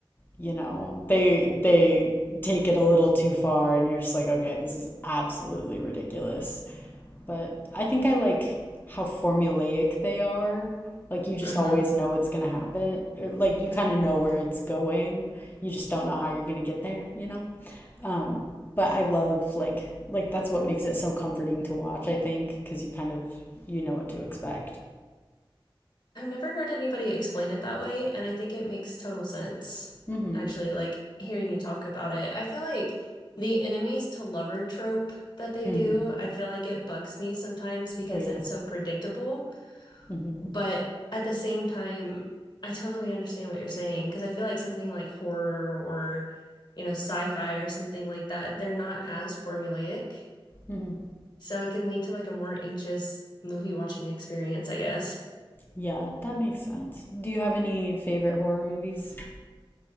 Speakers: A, on the left (about 20°); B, on the left (about 55°).
A: you know, they they take it a little too far and you're just like, okay, this is absolutely ridiculous. But I think I like how formulaic they are. Like you just
B: hmm
A: always know what's gonna happen. Or, like you kind of know where it's going. You just don't know how you're gonna get there, you know? Um, but I love like like that's what makes it so comforting to watch, I think, because you kind of you know what to expect.
B: I've never heard anybody explain it that way, and I think it makes total sense.
A: Mm-hmm.
B: Actually, like hearing you talk about it, I feel like the enemies to lover trope that they
A: Mm-hmm.
B: do, I feel like it bugs me sometimes because
A: Oh yeah.
B: it's so predictable.
A: Mm-hmm.
B: But at the same time, I totally understand what you're saying because I feel like something like horror or, you know, sci-fi or something like that, they're not as formulaic.
A: Mm-hmm.
B: So it can lead to like a more anxious movie watching experience, I guess.
A: Yeah, that makes sense. Do you have any favorite horror movies?